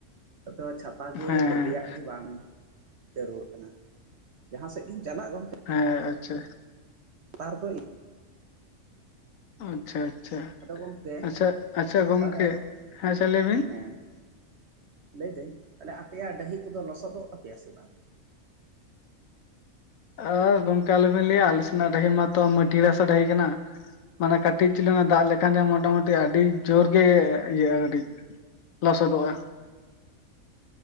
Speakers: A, on the right; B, on the left.
A: ᱟᱫᱚ ᱪᱷᱟᱛᱟ ᱜᱮ
B: ᱦᱮᱸ
A: ᱵᱟᱹᱜᱤᱭᱟᱜ ᱜᱮ ᱵᱟᱝ ᱡᱟᱹᱨᱩᱲ ᱠᱟᱱᱟ ᱡᱟᱦᱟᱸ ᱥᱮᱫ ᱜᱤᱢ ᱪᱟᱞᱟᱜ ᱜᱚᱝᱠᱮ
B: ᱦᱮᱸ ᱟᱪᱪᱷᱟ
A: <unintelligible> ᱫᱚ-
B: ᱟᱪᱪᱷᱟ ᱟᱪᱪᱷᱟ
A: ᱟᱫᱚ ᱜᱚᱢᱠᱮ
B: ᱟᱪᱪᱷᱟ ᱟᱪᱪᱷᱟ ᱜᱚᱝᱠᱮ
A: ᱛᱟᱦᱚᱞᱮ
B: ᱦᱮᱸᱪᱷᱟ ᱞᱟᱹᱭ ᱵᱤᱱ
A: ᱦᱮᱸ ᱞᱟᱹᱭᱫᱟᱹᱧ ᱛᱟᱦᱚᱞᱮ ᱟᱯᱮᱭᱟᱜ ᱰᱟᱹᱦᱤ ᱠᱚᱫᱚ ᱞᱚᱥᱚᱫᱚᱜ ᱛᱟᱯᱮᱭᱟ ᱥᱮ ᱵᱟᱝ
B: ᱟᱨ ᱜᱚᱢᱠᱮ ᱟᱞᱚᱵᱮᱱ ᱞᱟᱹᱭᱟ ᱟᱞᱮ ᱥᱮᱱᱟᱜ ᱰᱟᱹᱦᱤ ᱢᱟᱛᱚ ᱢᱟᱹᱴᱤᱭᱟᱹᱞ ᱦᱟᱥᱟ ᱰᱟᱹᱦᱤ ᱠᱟᱱᱟ ᱢᱟᱱᱮ ᱠᱟᱹᱴᱤᱡ ᱪᱩᱞᱩᱝ ᱮ ᱫᱟᱜ ᱞᱮᱠᱷᱟᱱᱮ ᱢᱚᱴᱟᱢᱩᱴᱤ ᱟᱹᱰᱤ ᱡᱳᱨ ᱜᱮ ᱤᱭᱟᱹᱜᱼᱟ ᱠᱟᱹᱴᱤᱡ ᱞᱚᱥᱚᱫᱚᱜᱼᱟ